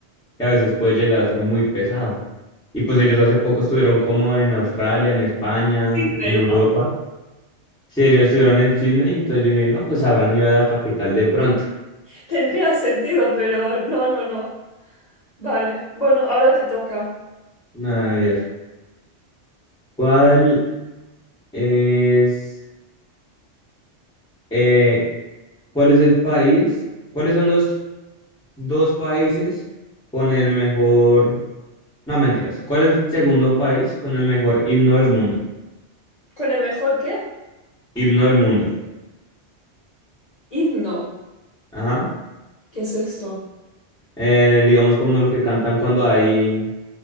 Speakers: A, in the centre; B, on the left (about 35°).
A: que a veces puede llegar a ser muy pesado. Y pues ellos hace poco estuvieron como en Australia, en España,
B: Sydney,
A: en Europa.
B: ¿no?
A: Sí, ellos estuvieron en Sydney, entonces yo dije, no, pues habrán ido a la capital de pronto.
B: Tendría sentido, pero no, no, no. Vale. Bueno, ahora te toca.
A: A ver, ¿cuál es, eh, cuál es el país? ¿Cuáles son los dos países con el mejor... No, mentiras. ¿Cuál es el segundo país con el mejor himno del mundo?
B: ¿Con el mejor qué?
A: Himno del mundo.
B: Himno.
A: Ajá.
B: ¿Qué es esto?
A: Eh, digamos como lo que cantan cuando hay